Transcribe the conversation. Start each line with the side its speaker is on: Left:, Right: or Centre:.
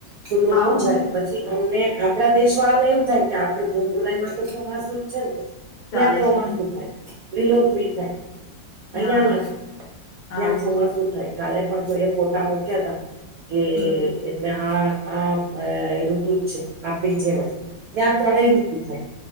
Right: તો લોકો
Left: આવું
Right: જાય. પછી અમને આપણા દેશ વાળા ને એમ થાય કે આપણે જૂન જુલાઈમાં તો ચોમાસું જ છે ન કે ત્યાં
Left: ચાલે
Right: ચોમાસુ
Left: છે ને
Right: થાય લિલોતરી થાય. અહીયાના
Left: હા
Right: જ ત્યાં
Left: આવું
Right: ચોમાસું થાય કાલે પણ કોઈ ફોટા મુક્યા તા કે
Left: હા
Right: એટલે આ આ ઋતુજ છે આપડી જેમ જ ત્યાં ત્રણેય ઋતુ થાય.